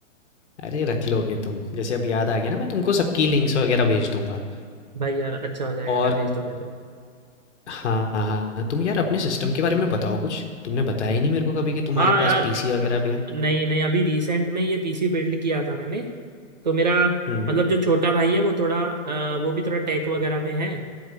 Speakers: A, on the left; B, on the right.
A: अरे रख लोगे तुम जैसे अब याद आ गया ना मैं तुमको सबकी लिंक्स वगैरह भेज दूंगा
B: भाई यार अच्छा हो जाएगा
A: और
B: अगर भेज दोगे तो
A: हाँ हाँ तुम यार अपने सिस्टम के बारे में बताओ कुछ तुमने बताया ही नहीं मेरे को कभी कि तुम्हारे
B: हाँ यार
A: पास पीसी वगैरह भी है
B: नहीं नहीं अभी रिसेंट में ही ये पीसी बिल्ड किया था मैंने तो मेरा
A: हम्म
B: मतलब जो छोटा भाई है वो थोड़ा अ, वो भी थोड़ा टेक वगैरह में है